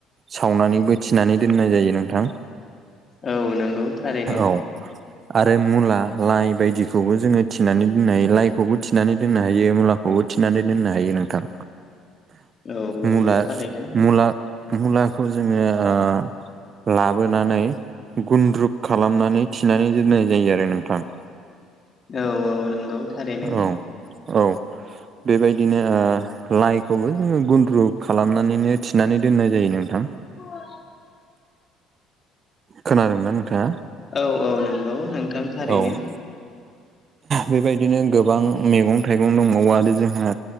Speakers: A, on the right (about 40°); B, on the left (about 35°).
A: सावनानैबो थिनानै दोननाय जायो नोंथां।
B: औ नंगौ थारैनो।
A: औ आरो मुला लाइ बायदिखौबो जोङो थिनानै दोननो हायो लाइखौबो थिनानै दोननो हायो मुलाखौ बो थिनानै दोननो हायो नोंथां
B: औ नंगौ
A: मुला
B: थारैनो
A: मुला मुलाखौ जोङो ओ लाबोनानै गुनन्द्रुग खालामनानै थिनानै दोननाय जायो आरो नोंथां
B: औ औ नंगौ थारैनो
A: औ औ बेबायदिनो ओ लाइखौबो जोङो गु द्रमुक खालामनानैनो थिनानै दोननाय जायो नोंथां
B: <inaudible>
A: खोनादोंना नोंथाङा
B: औ औ नंगौ नोंथां थारैनो
A: औ बेबायदिनो गोबां मैगं थाइगं दंबावो आरो जोंहा